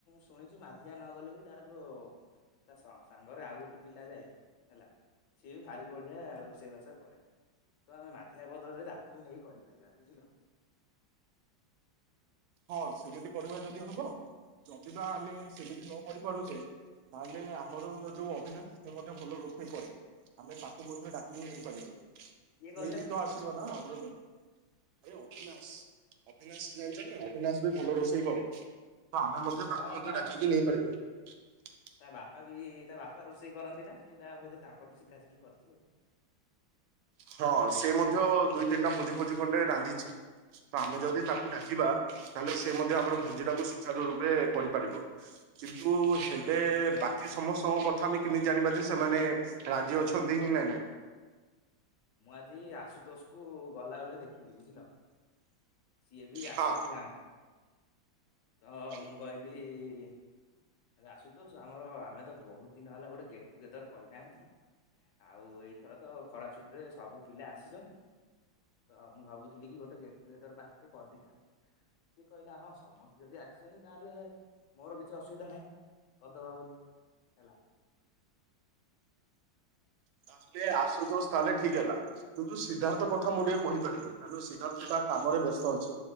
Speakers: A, on the left (about 70°); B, on the right (about 85°).
A: ଶୁଣିଛି ମାଧିଆ ନ ଗଲେ ବି ତାର ଯୋଉ ତା ସାଙ୍ଗରେ ଆଉ ଗୋଟେ ପିଲା ଯାଏ ହେଲା ସିଏ ବି ଭାରି ବଢିଆ ରୋଷେଇବାସ କରେ ତ ଆମେ ମାଧିଆ ବଦଳରେ ତାକୁ ବି ନେଇ କରିପାରିବା ବୁଝିଲ
B: ହଁ ସେମିତି କରିବା ଯଦି ହବ ଯଦି ବା ଆମେ ସେମିତି ନ କରି ପାରୁଛେ ତାହେଲେ ଆମର ଯୋଉ ଅଭିନାଶ ସେ ମଧ୍ୟ ଭଲ ରୋଷେଇ କରେ ଆମେ ତାକୁ ମଧ୍ୟ ଡାକିକି ନେଇପାରିବା ସେଇଠ
A: କିଏ କହିଲ କିଏ
B: ତ
A: କହିଲ
B: ଆସିବ ନା ଆ ଆରେ ଅଭିନାଶ ଅବିନାଶ ଯାଉ ନା ଏମାନେ ଆସିବ ଭଲ ରୋଷେଇ କ ତ ଆମେ ମଧ୍ୟ
A: ହଁ
B: ତାକୁ ମଧ୍ୟ
A: ହଁ
B: ଡାକେଇିକି ନେଇପାରିବା <inaudible>
A: ତା ବାପା ବି ତା ବାପା ରୋଷେଇ କରନ୍ତି ନା ସିଏ ତା ବୋଧେ ତାଙ୍କଠୁ ଶିଖା ଶିଖି କରିଛି ଆଉ
B: ହଁ ସେ ମଧ୍ୟ ଦୁଇ ତିନିଟା ଭୋଜି ଭୋଜି ଖଣ୍ଡେ ରାନ୍ଧିଛି ତ ଆମେ ଯଦି ତାକୁ ଡାକିବା ତାହେଲେ ସେ ମଧ୍ୟ ଆମର ଭୋଜି ଟାକୁ ସୁଚାର ରୂପେ କରିପାରିବ କିନ୍ତୁ ହେଲେ ବାକି ସମସ୍ତଙ୍କ କଥା ଆମେ କେମିତି ଜାଣିବା ଯେ ସେମାନେ ରାଜି ଅଛନ୍ତି କି ନାଇଁ ନାଇଁ
A: ମୁଁ ଆଜି ଆଶୁତୋଷକୁ ଗଲା ବଳେ ଦେଖିଲି ବୁଝିଲ ସିଏ ବି ଆସିଛି
B: ହଁ
A: ଗାଁକୁ। ତ
B: ହୁଁ
A: ମୁଁ କହିଲି ଏ ଆରେ ଆଶୁତୋଷ ଆମର ଆମେ ତ ବହୁତ ଦିନ ହେଲା ଗୋଟେ ଗେଟ ଟୁଗେଦର କରିନାହାଁନ୍ତି ଆଉ ଏଇଥର ତ ଖରା ଛୁଟିରେ ସବୁ ପିଲା ଆସିଛନ୍ତି ତ ମୁଁ ଭାବୁଥିଲି କି ଗୋଟେ ଗେଟ୍ ଟୁଗେଦର ପାଟି ଟିକେ କରିଦେଇଥାନ୍ତେ ସିଏ କହିଲା ହଁ ସମସ୍ତେ ଯଦି ଆସିଛନ୍ତି ତାହେଲେ ମୋର କିଛି ଅସୁବିଧା ନାହିଁ। କରିଦବା ବୋଲି ହେଲା।
B: ତାହେଲେ ଆଶୁତୋଷ ତାହେଲେ ଠିକ ହେଲା କିନ୍ତୁ ସିଦ୍ଧାର୍ଥ କଥା ମୁଁ ଟିକେ କହିପାରିବିନି କାରଣ ସିଦ୍ଧାର୍ଥ ତା କାମରେ ବ୍ୟସ୍ତ ଅଛି